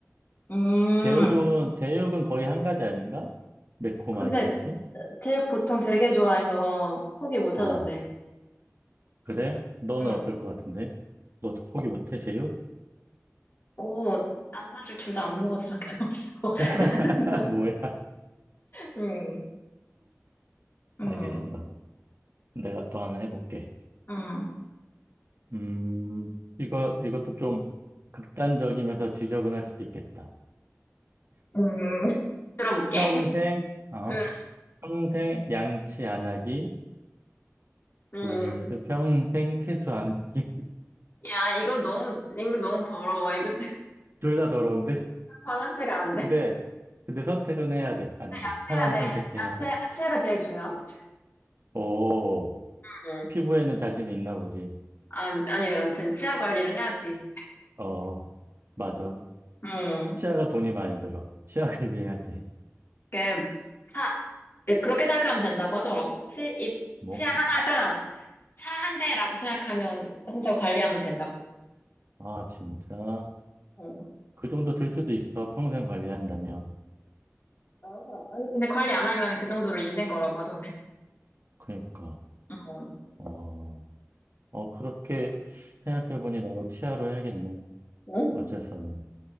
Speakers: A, on the left; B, on the right.
A: 음.
B: 제육은 제육은 거의 한 가지 아닌가? 매콤하게,
A: 근데
B: 그치?
A: 제육 보통 되게 좋아해서 포기 못 하던데.
B: 어, 그래? 너는
A: 응.
B: 어떨 것 같은데? 너도 포기 못해, 제육?
A: 오, 난 사실 둘 다 안 먹어도 상관없어. <laughs>
B: <laughs> 뭐야?
A: 나는, 응. 음,
B: 알겠어. 내가 또 하나 해볼게.
A: 음,
B: 음, 이거, 이것도 좀 극단적이면서 지저분할 수도 있겠다.
A: 음. 들어볼게.
B: 평생, 어,
A: 응,
B: 평생 양치 안 하기
A: 응.
B: vs 평생 세수 안 하기. <laughs>
A: 야, 이거 너무, 이거 너무 더러워. 이거 <laughs>
B: 둘 다 더러운데?
A: 밸런스가 안 돼.
B: 근데, 근데 선택은 해야 돼. 안 돼.
A: 양치해야
B: 하나는
A: 돼.
B: 선택해야
A: 양치해야
B: 돼.
A: 돼. 치아가 제일 중요하거든.
B: 오,
A: 응.
B: 피부에는 자신이 있나 보지.
A: 아, 아니, 내가 아무튼 치아 관리를 해야지.
B: 어, 맞아.
A: 응.
B: 치아가 돈이 많이 들어. 치아 관리해야 돼.
A: 그, 차, 그렇게 생각하면 된다고 하더라고. 치, 입,
B: 뭐?
A: 치아 하나가 차 한 대라고 생각하면 혼자 관리하면 된다고.
B: 아, 진짜.
A: 어.
B: 그 정도 들 수도 있어. 평생 관리한다면.
A: 아, 아니, 근데 관리 안 하면 그 정도로 일된 거라고 하던데.
B: 그러니까.
A: 응.
B: 어, 어, 그렇게 생각해보니 나도 치아로 해야겠네.
A: 응.
B: 어쩔 수 없네.